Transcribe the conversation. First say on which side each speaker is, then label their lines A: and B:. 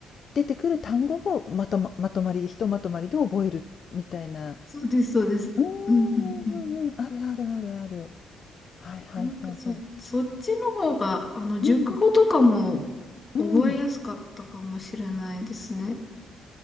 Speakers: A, on the left (about 50°); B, on the left (about 30°).
A: 出てくる単語をまとま、まとまり、ひとまとまりで覚えるみたいな。
B: そうです、そうです。
A: うんうんうんうん。
B: うんうんうん。
A: あるあるあるある。はいはいはいはい。
B: なんかそ、そっちの方が、あの、熟語とかも
A: うん、うん。
B: 覚えやすかったかもしれないですね。